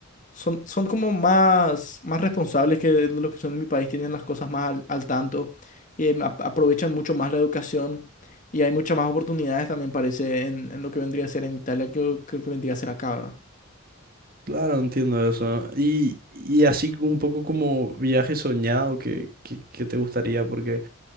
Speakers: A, on the left (about 35°); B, on the right (about 40°).
A: son, son como más, más responsables que de lo que son en mi país, tienen las cosas más al, al tanto, em, ap- aprovechan mucho más la educación y hay muchas más oportunidades también parece en, en lo que vendría a ser en Italia que lo que vendría a ser acá, ¿verdad?
B: Claro, entiendo eso. Y, y así un poco como viaje soñado que, que, que te gustaría, porque,